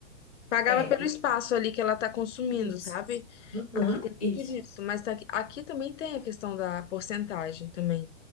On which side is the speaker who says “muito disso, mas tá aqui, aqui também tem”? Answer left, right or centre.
Left